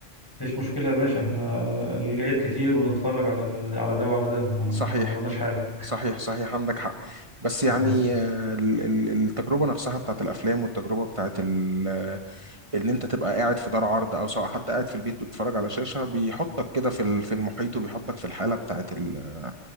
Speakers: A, on the left; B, on the right.
A: مفيش مشكلة يا باشا احنا الجايات كتير ونتفرج على على ده وعلى ده يعني
B: صحيح
A: ما وراناش حاجة
B: صحيح صحيح عندك حق بس يعني
A: بس
B: آه، ال- ال- التجربة نفسها بتاعت الأفلام والتجربة بتاعت ال- آه، إن أنت تبقى قاعد في دار عرض أو سواء حتى قاعد في البيت بتتفرج على شاشة بيحطك كده في ال- في المحيط وبيحطك في الحالة بتاعت ال-